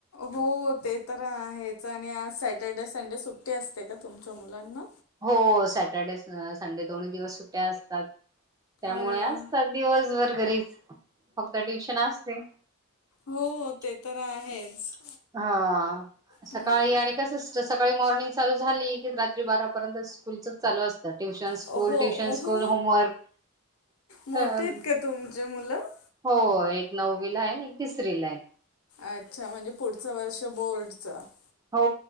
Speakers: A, on the left; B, on the right.
A: हो ते तर <unintelligible> आणि आज सॅटर्डे संडे सुट्टी असते का तुमच्या मुलांना
B: हो सॅटर्डे- संडे दोन्ही दिवस सुट्या असतात त्यामुळे
A: अरे वा
B: असतात दिवसभर -घरीच फक्त ट्युशन असतय
A: हो ते
B: <inaudible>
A: तर आहेच
B: हा सकाळी
A: हम्म.
B: आणि कस सकाळी- मॉर्निंग चालू झाली कि रात्री बारापर्यंत स्कूलच चालू असत ट्युशन स्कूल
A: हो
B: -ट्युशन स्कूल,
A: हो
B: होमवर्क
A: मोठे
B: <unintelligible>
A: आहेत का तुमचे मुलं
B: हो एक नववी ला आहे आणि एक तिसरी ला आहे
A: अच्छा म्हणजे पुढंच वर्ष बोर्ड खढचा <unintelligible>
B: हो